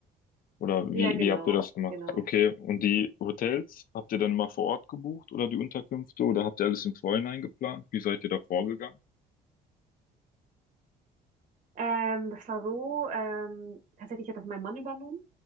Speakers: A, on the left (about 55°); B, on the right (about 50°).
A: Oder wie,
B: Ja, genau,
A: wie habt ihr das gemacht?
B: genau.
A: Okay, und die Hotels, habt ihr dann immer vor Ort gebucht oder die Unterkünfte oder habt ihr alles im Vorhinein geplant? Wie seid ihr da vorgegangen?
B: Ähm, das war so, ähm, tatsächlich hat das mein Mann übernommen.